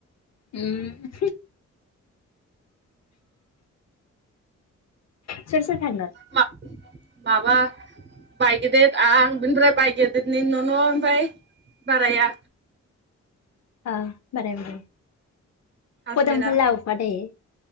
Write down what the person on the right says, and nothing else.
मा माबा बाय गेदिर आं बिनिफ्राय बाय गेदिरनि न' न' ओमफ्राय बाराया
हासबेन्डआ